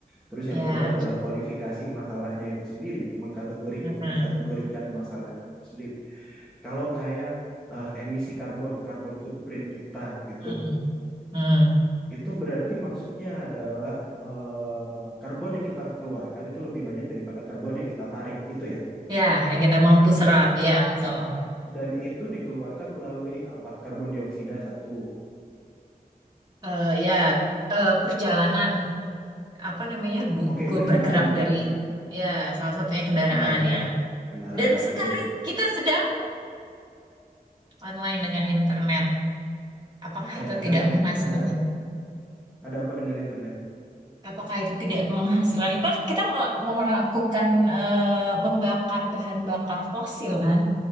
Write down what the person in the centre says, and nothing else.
Terus
yang kedua adalah kualifikasi masalahnya itu sendiri, mengkategori
mengkategorikan masalahnya itu sendiri. Kalau kayak eh, emisi karbon, karbon footprint kita gitu,
itu berarti maksudnya adalah eh, karbon yang kita keluarkan itu lebih banyak daripada karbon yang kita tarik gitu ya.
Dan itu dikeluarkan melalui apa? Karbon dioksida satu.
Oke,
kendaraan
berarti
kendaraan, kendaraan
betul.
eh,
ada
apa dengan
ada ada apa dengan internet?